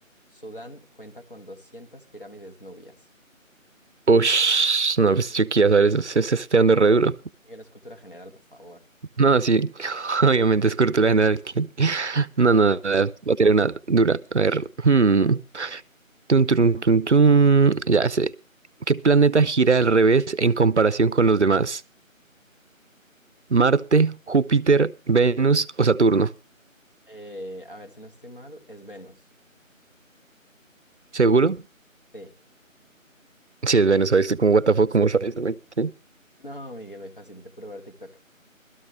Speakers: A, on the left (about 40°); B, on the right (about 55°).
A: Sudán cuenta con 200 pirámides nubias.
B: Uy, no, pues yo quiero saber eso. Se, se está tirando re duro.
A: Miguel, es cultura general, por favor.
B: No, sí. <laughs> Obviamente es cultura general. <laughs>
A: No,
B: No, no,
A: no.
B: no, voy a tirar una dura. A ver. hmm.
A: Ah,
B: Tun, turun, tun, tun. Ya sé. ¿Qué planeta gira al revés en comparación con los demás? ¿Marte, Júpiter, Venus o Saturno?
A: eh, a ver, si no estoy mal, es Venus.
B: ¿Seguro?
A: Sí.
B: Sí, es Venus, ¿sabes? Como, what the fuck, ¿cómo sabes, güey? ¿Sí?
A: No, Miguel, muy fácil, de puro ver TikTok.